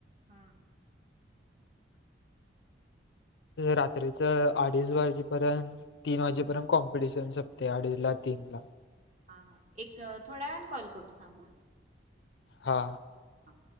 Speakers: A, on the right; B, on the left.
A: हा....
B: रात्री.... अडीच वाजेपर्यंत तीन
A: हा
B: वाजेपर्यंत कॉम्पिटिशन संपते अडीच ला तीन ला.....
A: हा हा एक थोड्या वेळान कॉल करतो थांब हा.
B: हा....
A: हां....